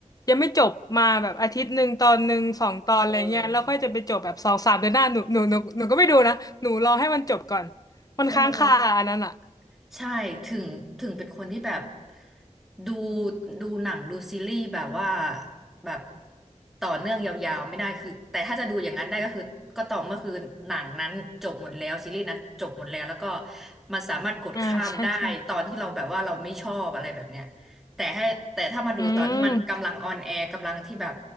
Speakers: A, on the left; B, in the centre.
A: ยังไม่จบมาแบบอาทิตย์หนึ่งตอนหนึ่งสองตอนอะไรเงี้ยแล้วค่อยจะไปจบแบบสองสามเดือนหน้าหนูหนูหนูหนูก็ไม่ดูนะหนูรอให้มันจบก่อน
B: เออ
A: มันค้างคาอันนั้นอะ
B: เออ ใช่ถึงถึงเป็นคนที่แบบดูดูหนังดูซีรีส์แบบว่าแบบต่อเนื่องยาวๆไม่ได้คือแต่ถ้าจะดูอย่างนั้นได้ก็คือก็ต่อเมื่อคือหนังนั้นจบหมดแล้วซีรีส์นั้นจบหมดแล้วแล้วก็มันสามารถกดข้ามได้ตอนที่เราแบบว่าเราไม่ชอบอะไรแบบเนี้ย
A: อ่าใช่ใช่
B: แต่ให้แต่ถ้ามาดูตอนที่มันกำลังออนแอร์กำลังที่แบบ
A: อืม